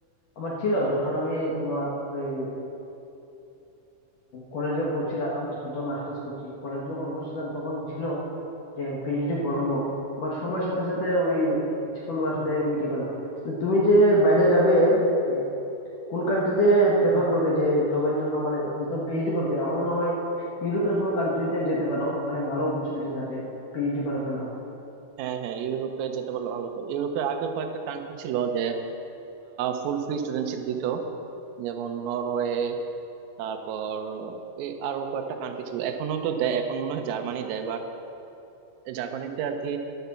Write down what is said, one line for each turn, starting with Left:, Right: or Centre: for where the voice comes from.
Left: আমার ছিল যখন আমি তোমার ওই কলেজে পড়ছিলাম এখন তো মাস্টার্স করছি কলেজে যখন পড়ছিলাম তখন ছিল যে পিএইচডি করব বাট সময়ের সাথে সাথে ওই ইচ্ছেগুলো আসলে মিটে গেল তো তুমি যে বাইরে যাবে এই কোন কান্ট্রিতে প্রেফার করবে যে জবের জন্য মানে তুমি তো পিএইচডি করবে আমার মনে হয় ইউরোপের কোনো কান্ট্রিতে যেতে পারো ওখানে ভালো অপরচুনিটিস আছে পিএইচডি করার জন্য
Right: হ্যাঁ হ্যাঁ ইউরোপে যেতে পারলে ভালো তো ইউরোপে আগে কয়েকটা কান্ট্রি ছিল যে ফুল ফ্রি স্টুডেন্টশিপ দিত যেমন নরওয়ে তারপর এই আরো কয়েকটা কান্ট্রি ছিল এখনো তো দেয় এখন মনে হয় জার্মানি দেয় বাট জার্মানিতে আর কি